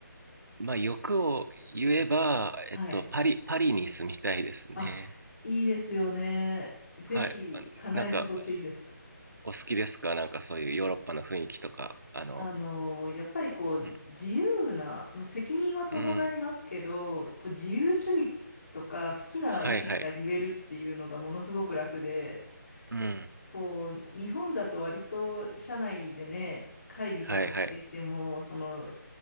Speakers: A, on the right; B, on the left.
A: まあ欲を言えば、
B: はい。
A: えっと、パリ、パリに住みたいですね。
B: あいいですよね。ぜひ叶えてほしいです。
A: はい。あなんか、お好きですかなんかそういうヨーロッパの雰囲気とか、あの、
B: あの、やっぱりこう、
A: うん、
B: 自由な、まあ、責任は伴いますけど、
A: うん、
B: こう自由主義とか好きな意見が言えるっていうのがものすごく楽で、
A: はいはい、うん、
B: こう、日本だと割と社内でね、会議とかしていても、
A: はいはい、
B: その、